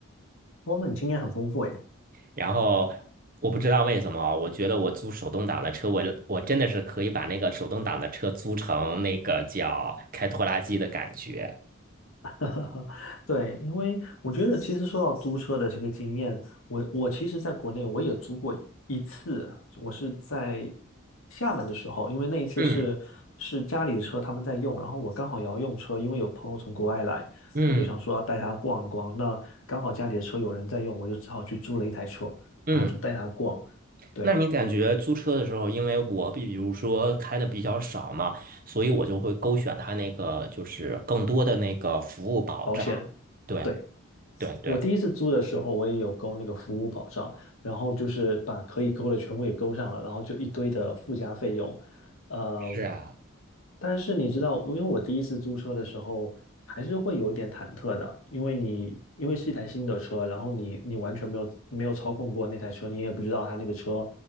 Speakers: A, on the left; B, on the right.
A: 哇，那你经验很丰富诶。
B: 然后我不知道为什么，我觉得我租手动挡的车，我我真的是可以把那个手动挡的车租成那个叫开拖拉机的感觉。
A: <laughs> 对，因为我觉得其实说到租车的这个经验，我我其实在国内我也租过一次，我是在厦门的时候，因为那一次是是家里的车他们在用，
B: 嗯
A: 然后我刚好也要用车，因为有朋友从国外来，
B: 嗯
A: 我就想说要带他逛一逛，那刚好家里的车有人在用，我就只好去租了一台车，
B: 嗯，
A: 然后就带他逛，对，
B: 那你感觉租车的时候，因为我比比如说开的比较少嘛，所以我就会勾选它那个就是更多的那个服务保障。
A: 保险。
B: 对
A: 对。
B: 对对，
A: 我第一次租的时候，我也有勾那个服务保障，然后就是把可以勾的全部给勾上了，然后就一堆的附加费用，呃，
B: 是啊，
A: 但是你知道，因为我第一次租车的时候，还是会有点忐忑的，因为你因为是一台新的车，然后你你完全没有没有操控过那台车，你也不知道它那个车